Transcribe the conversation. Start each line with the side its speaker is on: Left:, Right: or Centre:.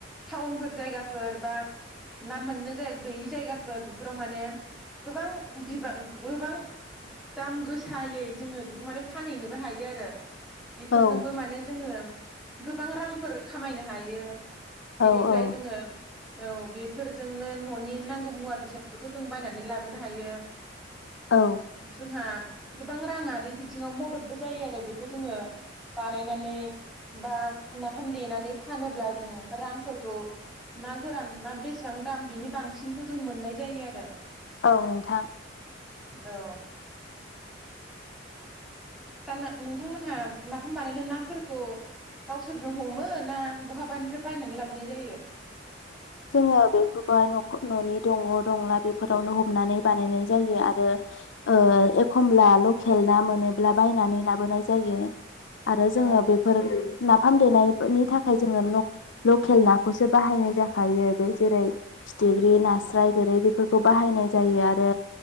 Centre: टाउनफोर जायगाफोर बा ना मोननो गैयि जायगाफोर बेफोराव माने गोबां बिबां गोबां दाम गोसायै जोङो बेखौ माने फानहैनोबो हायो आरो बेफोरजोंबो
Left: औ
Centre: माने जोङो गोबां रांफोर खामायनो हायो बेनिफ्राय
Left: औ औ
Centre: जोङो औ बेफोरजोंनो न'नि नांगौ मुवा बेसादफोरखौ जों बायनानै लाबोनो हायो।
Left: औ
Centre: जोंहा गोबाङा राङारि बिथिङाव मददबो जायो आरो बेखौ जोङो बानायनानै बा नाफाम देनानै फानोब्ला जों रांफोरखौ ना गोरान ना बेसां दाम बिनि बांसिनखौ जों मोननाय जायो आरो
Left: औ नोंथां।
Centre: अ। दा नोंथांमोनहा नाफाम बानायनो नाफोरखौ गावसोरनो हमो ना बहाबानिफ्राय बायनानै लाबनाय जायो?
Left: जोङो बेफोरखौहाय न'खर न'नि दंग' दंला बेफोरावनो ह नानेै बानायनाय जायो आरो ओ एखमब्ला लखेल ना मोनो ला बायनानै लाबोनाय जायो। आरो जोङो
Centre: औ
Left: बेफोर नाफाम देनायनि थाखाय जोङो लक-लकेल नाखौसो बाहायनाय जा हायो बे जेरै फिथिग्रि, नास्राय, गोरै बेफोरखौ बाहायनाय जायो आरो